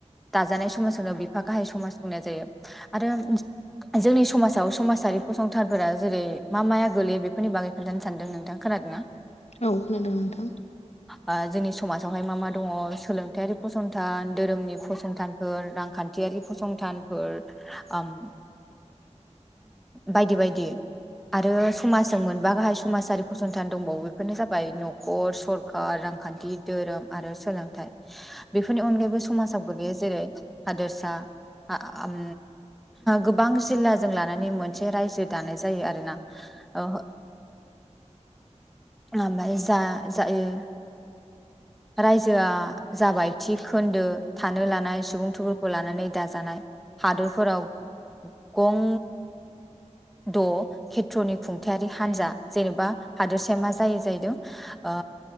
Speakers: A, in the centre; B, on the left (about 60°).
A: दाजानाय समाज खोनो बिफा गाहाय समाज बुंनाय जायो आरो जोंनि समाजाव समाजारि फसंथानफोरा जेरै मा माया गोलैयो बेफोरनि बागै खोन्थानो सानदों नोंथां खोनादो ना
B: औ खोनादों नोंथां
A: ओ जोंनि समाजावहाय मा मा दङ सोलोंथायारि फसंथान दोरोमनि फसंथानफोर रां खान्थियारि फसंथानफोर ओम बायदि बायदि आरो समाजजों मोनबा गाहाय समाजारि फसंथान दंबावो बेफोरनो जाबाय न'खर सरखार रांखान्थि दोरोम आरो सोलोंथाइ बेफोरनि अनगायैबो समाजाव गोग्लैयो जेरै हादोरसा ओम गोबां जिल्लाजों लानानै मोनसे रायजो दानाय जायो आरोना ओ जायो रायजोआ जाबाय थि खोन्दो थानो लानाय सुबुं थुबुरखौ लानानै दाजानाय हादरफोराव गं द' खेथ्र'नि खुंथायारि हान्जा जेनेबा हादोरसाया मा जायो जाहैदों ओ